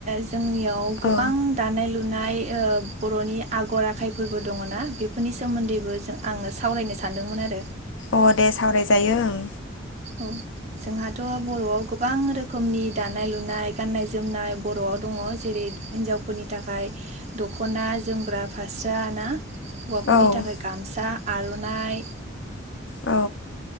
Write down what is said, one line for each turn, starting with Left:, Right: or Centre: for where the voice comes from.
Right: जोंनियाव गोबां
Left: औ
Right: दानाय लुनाय ए ओ बर'नि आगर आखायफोरबो दङना बेफोरनि सोमोन्दैबो जों आङो सावरायनो सानदोंमोन आरो
Left: अ दे सावरायजायो ओं
Right: औ जोंहाथ' बर'आव गोबां रोखोम रोखोमनि दानाय लुनाय गाननाय जोमनाय बर'आव दङ जेरै हिन्जावफोरनि थाखाय दख'ना जोमग्रा फास्रा ना हौवाफोरनि
Left: ओं
Right: थाखाय गामसा आर'नाइ
Left: औ